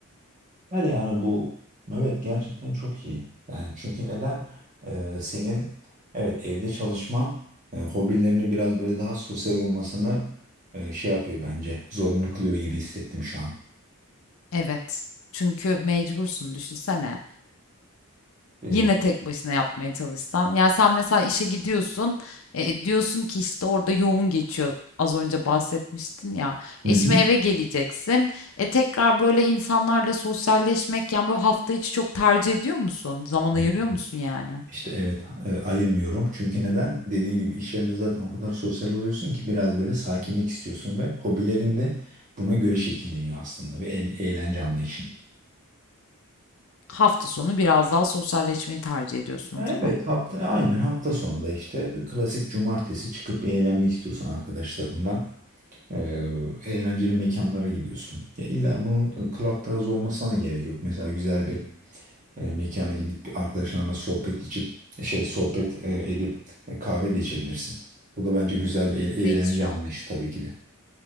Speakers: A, on the right; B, on the left.
A: Her yani bu evet gerçekten çok iyi. Yani çünkü neden Ee, senin evet evde çalışman e, hobilerini biraz böyle daha sosyal olmasını e, şey yapıyor bence. Zorunlu kılıyor gibi hissettim şu an.
B: Evet. Çünkü mecbursun düşünsene.
A: Hı.
B: Yine tek başına yapmaya çalışsan. Yani sen mesela işe gidiyorsun, e, diyorsun ki işte orada yoğun geçiyor. Az önce bahsetmiştin ya.
A: Hı
B: E
A: hı.
B: şimdi eve geleceksin. E tekrar böyle insanlarla sosyalleşmek yani böyle hafta içi çok tercih ediyor musun? Zaman ayırıyor
A: Yani
B: musun yani?
A: işte evet e, ayırmıyorum. Çünkü neden? Dediğin gibi iş yerinde zaten o kadar sosyal oluyorsun ki biraz böyle sakinlik istiyorsun ve hobilerin de buna göre şekilleniyor aslında ve el- eğlence anlayışın.
B: Hafta sonu biraz daha sosyalleşmeyi tercih ediyorsun
A: Evet
B: o zaman.
A: hafta aynen hafta sonu da işte klasik cumartesi çıkıp eğlenmek istiyorsun arkadaşlarınla. Ee, eğlenceli mekanlara gidiyorsun. Ya illa bunun e, club tarzı olmasına da gerek yok. Mesela güzel bir e, mekana gidip bir arkadaşlarınla sohbet içip e, şey sohbet e, edip e, kahve de içebilirsin. Bu da bence güzel bir e- eğlence
B: Değişiyor.
A: anlayışı tabii ki de.